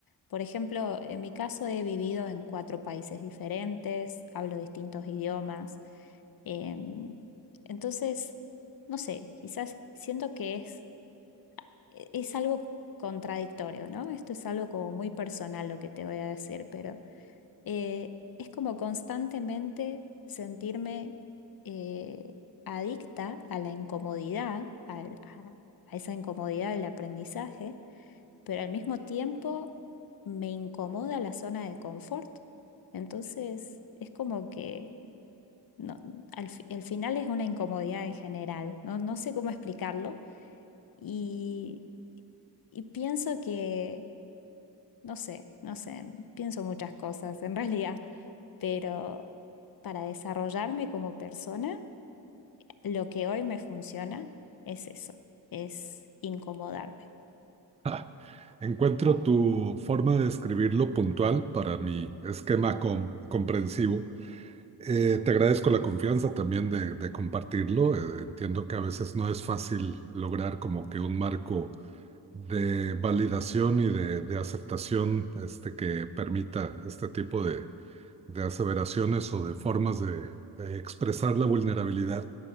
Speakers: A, on the left (about 55°); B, on the right (about 15°).
A: por ejemplo, en mi caso he vivido en cuatro países diferentes, hablo distintos idiomas. Em, entonces, no sé, quizás siento que es, e- es algo contradictorio, ¿no? Esto es algo como muy personal lo que te voy a decir, pero eh, es como constantemente sentirme eh, adicta a la incomodidad, al- a, a esa incomodidad del aprendizaje, pero al mismo tiempo me incomoda la zona de confort. Entonces, es como que... No, al, fi- al final es una incomodidad en general, no, no sé cómo explicarlo y, y pienso que, no sé, no sé, pienso muchas cosas en <laughs> realidad, pero para desarrollarme como persona, lo que hoy me funciona es eso, es incomodarme.
B: Ah, Encuentro tu forma de describirlo puntual para mi esquema com- comprensivo. Eh, te agradezco la confianza también de, de compartirlo. Eh, entiendo que a veces no es fácil lograr como que un marco de validación y de, de aceptación este, que permita este tipo de, de aseveraciones o de formas de, de expresar la vulnerabilidad.